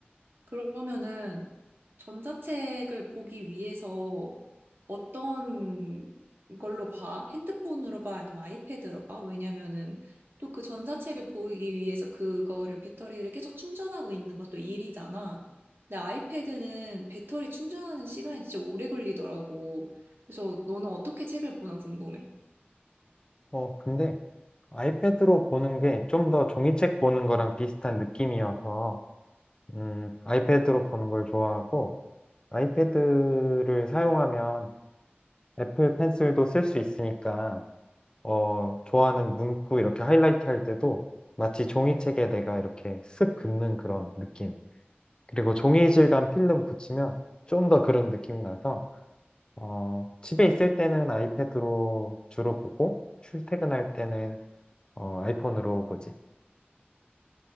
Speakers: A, on the right; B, on the left.
A: 그러면은 전자책을 보기 위해서 어떤 걸로 봐? 핸드폰으로 봐? 아니면 아이패드로 봐? 왜냐면은 또 그 전자책을 보기 위해서 그거를 배터리를 계속 충전하고 있는 것도 일이잖아. 근데 아이패드는 배터리 충전하는 시간이 진짜 오래 걸리더라고. 그래서 너는 어떻게 책을 보나 궁금해.
B: 어, 근데 아이패드로 보는 게 좀 더 종이책 보는 거랑 비슷한 느낌이어서, 음, 아이패드로 보는 걸 좋아하고, 아이패드를 사용하면 애플 펜슬도 쓸 수 있으니까, 어, 좋아하는 문구 이렇게 하이라이트 할 때도 마치 종이책에 내가 이렇게 쓱 긋는 그런 느낌. 그리고 종이 질감 필름 붙이면 좀 더 그런 느낌이 나서, 어, 집에 있을 때는 아이패드로 주로 보고, 출퇴근할 때는 어, 아이폰으로 보지.